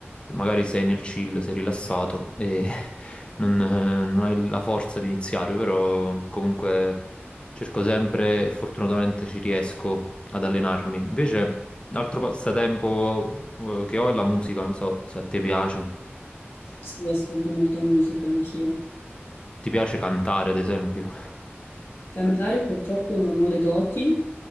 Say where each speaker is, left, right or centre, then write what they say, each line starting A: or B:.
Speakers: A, on the left (about 25°); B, on the left (about 65°).
A: magari sei nel chill, sei rilassato e <laughs> non, eh, non hai la forza di iniziare, però comunque cerco sempre e fortunatamente ci riesco ad allenarmi. Invece. Un altro passatempo eh, che ho è la musica, non so se a te piace.
B: Sì, ascolto molta musica anch'io.
A: Ti piace cantare, ad esempio?
B: Cantare purtroppo non ho le doti,